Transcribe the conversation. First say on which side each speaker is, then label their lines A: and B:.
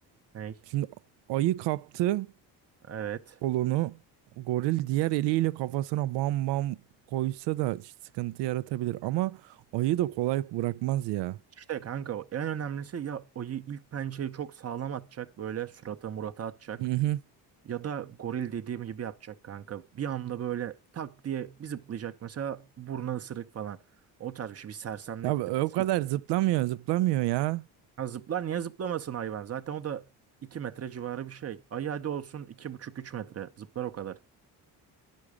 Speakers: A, on the right; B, on the right.
A: Ney?
B: Şimdi ayı kaptı
A: Evet.
B: kolunu goril diğer eliyle kafasına bam bam koysa da sıkıntı yaratabilir ama ayı da kolay bırakmaz ya.
A: İşte kanka en önemlisi ya ayı ilk pençeyi çok sağlam atacak. Böyle surata murata atacak.
B: Hı hı.
A: Ya da goril dediğim gibi yapacak kanka. Bir anda böyle tak diye bir zıplayacak mesela burnu ısırık falan. O tarz bir şey bir sersemlettirmesi
B: Ya o kadar
A: lazım.
B: zıplamıyor, zıplamıyor ya.
A: Ha, zıplar niye zıplamasın hayvan? Zaten o da 2 metre civarı bir şey. Ay hadi olsun buçuk üç metre. Zıplar o kadar.